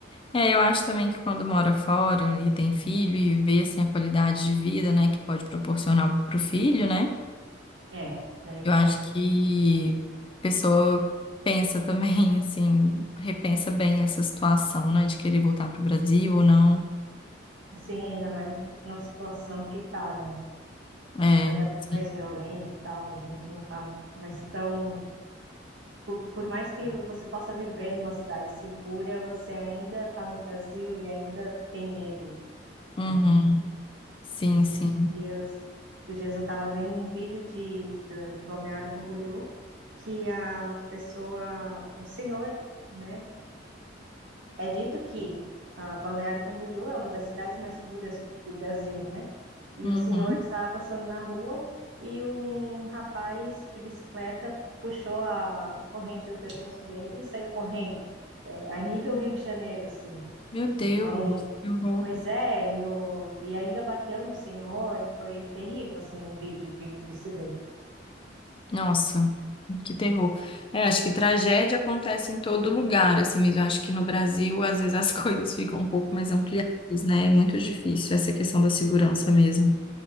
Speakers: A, on the left; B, on the right.
A: é, eu acho também que quando mora fora e tem filho e vê, assim, a qualidade de vida, né, que pode proporcionar pro filho, né,
B: É, daí
A: eu acho
B: é outro.
A: que a pessoa pensa também, <laughs> assim, repensa bem essa situação, né, de querer voltar pro Brasil ou não.
B: Sim, ainda mais na situação que tá, né?
A: É,
B: Tá cada vez mais
A: sim.
B: violenta e tal, a gente não tá mais tão por, por mais que você possa viver numa cidade segura, você ainda está no Brasil e ainda tem medo,
A: Uhum.
B: né?
A: Sim,
B: Esses
A: sim.
B: dias, esses dias eu estava vendo um vídeo de, de, de Balneário Camboriú que a pessoa, o senhor, né? É dito que ah, Balneário Camboriú é uma das cidades mais seguras do Brasil, né? E
A: Uhum.
B: o senhor estava passando na rua e um rapaz de bicicleta puxou a corrente do pescoço dele e saiu correndo, é, a nível Rio de Janeiro, assim.
A: Meu Deus,
B: Então,
A: eu vou
B: pois é, e, o- e ainda bateu no senhor, foi terrível, assim, o vídeo de de se ver.
A: Nossa, que terror. É, acho que tragédia acontece em todo lugar, assim mesmo. Eu Acho que no Brasil, às vezes, as <laughs> coisas ficam um pouco mais ampliadas, né? É muito difícil essa questão da segurança mesmo.